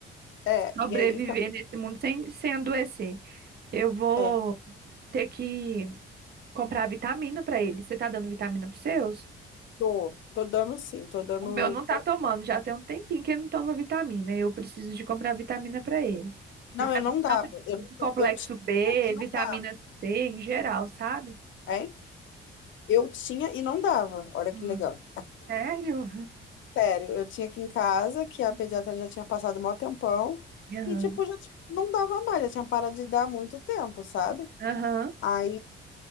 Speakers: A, on the left (about 75°); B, on the right (about 55°).
A: É,
B: sobreviver
A: e aí, o que a-
B: nesse mundo sem, sem adoecer. Eu vou
A: é,
B: ter que comprar vitamina pra ele. Você tá dando vitamina pros seus?
A: tô, tô dando sim, tô dando.
B: O meu não tá tomando, já tem um tempinho que ele não toma vitamina. Eu preciso de comprar vitamina pra ele.
A: Não,
B: Vitamina
A: eu não dava.
B: tanto
A: Eu,
B: de complexo
A: não- eu tinha
B: B,
A: e não
B: vitamina
A: dava,
B: C em geral, sabe?
A: hein? Eu tinha e não dava. Olha
B: Hum.
A: que legal.
B: Sério?
A: Sério, eu tinha aqui em casa, que a
B: <laughs>
A: pediatra já tinha passado mó tempão,
B: Aham,
A: e, tipo, já tinha- não dava mais, já tinha parado de dar há muito tempo, sabe?
B: aham,
A: Aí